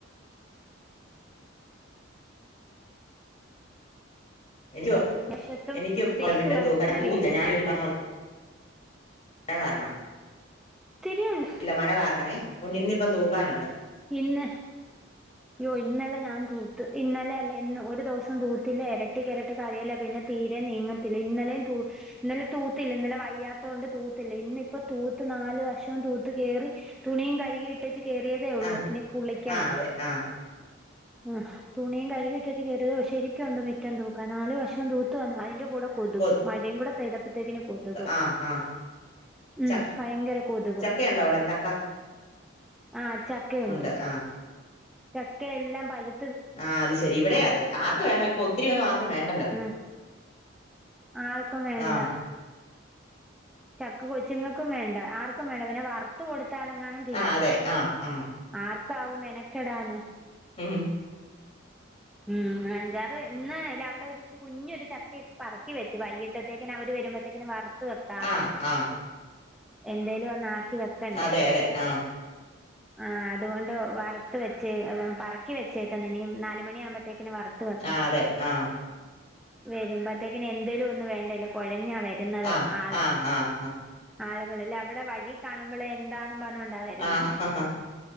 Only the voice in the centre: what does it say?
മിറ്റണ്ട്
വശത്തും
തേക്കും
റബ്ബറിങ്ങനെ
വീഴും
ഇത്തിരിയുള്ളു.
പിന്നെ യ്യോ ഇന്നലെ ഞാൻ തൂത്ത് ഇന്നലെ അല്ല ഇന്ന് ഒരു ദിവസം തൂത്തില്ല ഇരട്ടിക്ക് ഇരട്ടിക്ക് കരിയില പിന്നെ തീര നീങ്ങത്തില്ല ഇന്നലെ തൂ ഇന്നലെ തൂത്തില്ല ഇന്നലെ വയ്യാത്തോ ണ്ട് തൂത്തില്ല ഇന്ന് ഇപ്പോ തൂത്ത് നാല് വഷവും തൂത്ത് കേറി തുണിയും കഴുകി ഇട്ടേച്ച് കേറിയതേ ഉള്ളൂ
ഇനി കുളിക്കണം.
ആഹ് തുണിയ കഴുകിട്ട വെച്ച് കയറത് ശരിക്കുണ്ട് മുറ്റം തൂക്കാ നാല് വശവും തൂത്തു വന്നു അതിന്റെ കൂടെ കൊതുകും
മഴയും കൂടെ പെയ്തപ്പോഴത്തേക്കിന് കൊതുക്
ഉം
ഭയങ്കര കൊതുക്
ആഹ് ചക്കയുണ്ട്
ചക്കയെല്ലാം പഴു
ഉം ആർക്കും വേണ്ട
ചക്ക കൊച്ചുങ്ങൾക്കും വേണ്ട ആർക്കും വേണ്ട പിന്നെ വറുത്ത കൊടുത്താലെങ്ങണം തിന്നും.
ആർക്കാവും മെനക്കെടാന്
ഉം അഞ്ചാറ് ഇന്ന് അല്ല അവിടെ ഒരു കുഞ്ഞൊരു ചക്ക ഇട്ട് പറിക്കി വച്ച് വൈകിട്ടത്തേക്ക് അവർരുമ്പോഴത്തേക്കും വറ്ത്ത് ത്ത് വെക്കാവന്ന
എന്തേലും ഒന്ന് ആക്കി വെക്കണ്ടേ.
ആഹ് അതുകൊണ്ട് വറുത്ത് വെച്ച് പറക്കി വെച്ചേക്കുന്ന ഇനിയും നാല് മണിയ ആമ്പത്തേക്കിന് വറുത്ത് വെക്കാം.
വരുമ്പോത്തേക്കിന് എന്തേലും ഒന്നും വേണ്ട ല്ല കൊഴഞ്ഞാ വരുന്നത്
ആള്.
ആളുകളല്ലേ അവിടെ വഴി കാണുമ്പഴെ എന്താന്നും പറഞ്ഞോണ്ടാ വരുന്നേ